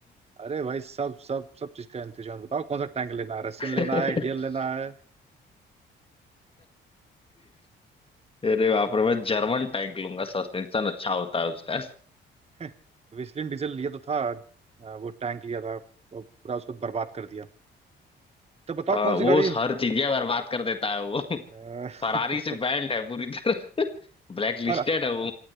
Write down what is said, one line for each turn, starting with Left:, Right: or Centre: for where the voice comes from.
Right: अरे भाई सब सब सब चीज़ का इंतजाम बताओ कौन सा टैंक लेना है रशियन
Left: <laughs>
Right: लेना है इंडियन लेना है
Left: अरे बाप रे मैं जर्मन टैंक लूंगा सस्पेंशन अच्छा होता है उसका
Right: <laughs> वेस्लिन डीजल लिया तो था अ, वो टैंक लिया था वो पूरा उसको बर्बाद कर दिया तो बताओ
Left: हाँ,
Right: कौन सी
Left: वो
Right: गाड़ी
Left: हर चीजें बर्बाद कर देता है वो <laughs>
Right: अ, <laughs>
Left: फरारी से बैंड है पूरी तरह <laughs> ब्लैक
Right: फर,
Left: लिस्टेड है वो